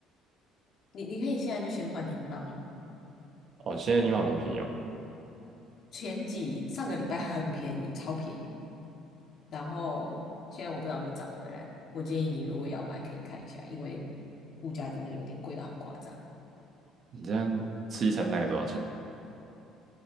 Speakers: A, on the left; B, on the right.
A: 你你可以现在就先换英镑啊。
B: 哦，现在英镑比较便宜嘛，
A: 前几上个礼拜很便宜，超便宜，然后现在我不知道有没有涨回来。我建议你如果要买，可以看一下，因为物价真的有点贵到很夸张。
B: 你这样吃一餐大概多少钱啊